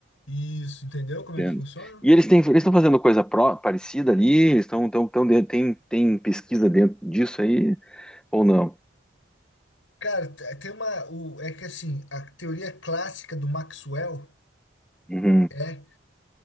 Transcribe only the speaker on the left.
Isso, entendeu como
é que funciona?
Cara, te- tem uma. O, é que assim, a teoria clássica do Maxwell
é,